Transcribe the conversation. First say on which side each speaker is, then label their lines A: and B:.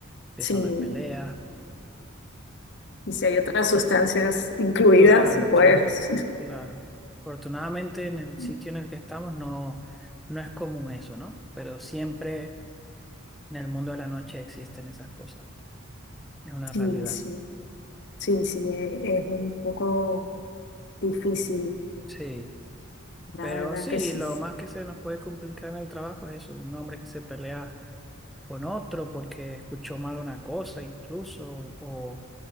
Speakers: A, in the centre; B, on the left (about 55°).
A: Empiezan
B: sí.
A: las peleas
B: Y si hay otras sustancias incluidas,
A: Claro,
B: pues
A: claro, claro. Afortunadamente en el
B: <laughs>
A: sitio en el que estamos no, no es común eso, ¿no? Pero siempre en el mundo de la noche existen esas cosas. Es una
B: sí,
A: realidad.
B: sí, sí, sí, e- es un poco difícil,
A: Sí.
B: la
A: Pero
B: verdad
A: sí,
B: que sí.
A: lo más que se nos puede complicar en el trabajo es eso, un hombre que se pelea con otro porque escuchó mal una cosa incluso o,